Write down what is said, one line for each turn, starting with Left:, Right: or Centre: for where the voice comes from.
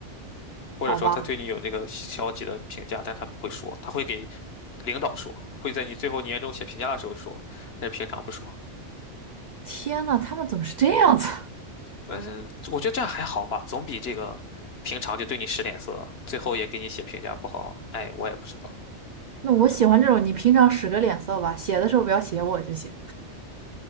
Left: 或者说他对你有那个消极的评价，
Right: 好吧？
Left: 但他不会说，他会给领导说，会在你最后年终写评价的时候说，但是平常不说。
Right: 天呐，他们怎么是这样子？<laughs>
Left: 但是我觉得这样还好吧，总比这个平常就对你使脸色，最后也给你写评价不好。哎，我也不知道。
Right: 那我喜欢这种，你平常使个脸色吧，写的时候不要写我就行。